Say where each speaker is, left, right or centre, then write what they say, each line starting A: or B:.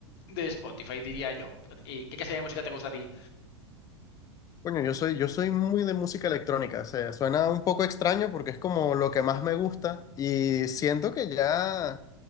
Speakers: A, on the left; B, on the left.
A: de Spotify, diría yo. ¿Y qué clase de música te gusta a ti?
B: Coño, yo soy, yo soy muy de música electrónica, o sea, suena un poco extraño porque es como lo que más me gusta y siento que ya...